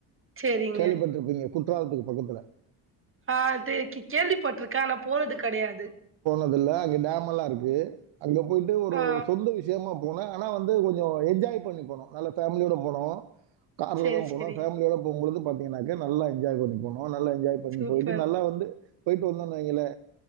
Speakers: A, on the right; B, on the right.
A: செரிங்க
B: கேள்விப்பட்டுருப்பீங்க குற்றாலத்துக்கு பக்கத்துல
A: ஆ அது கேள்விப்பட்டிருக்க போனது கடையாது
B: ல்ல அங்க டேம் எல்லா இருக்கு அங்க போயிட்டு ஒரு
A: ஆ
B: சொந்த விஷயமா போனே ஆனா வந்து கொஞ்சம் என்ஜாய் பண்ணி போனும் நல்ல ஃபேமிலியோட போனோம் கார்ல
A: செரி
B: தான்
A: செரி
B: போனோம் ஃபேமிலியோட போகும்போது பாத்தீங்கநாக்க நல்ல என்ஜாய் பண் <inaudible> நல்லா என்ஜாய் பண்ண
A: சூப்பர்
B: போயிட்டு நல்லா வந்து போயிட்டு வந்தோனா வைங்களே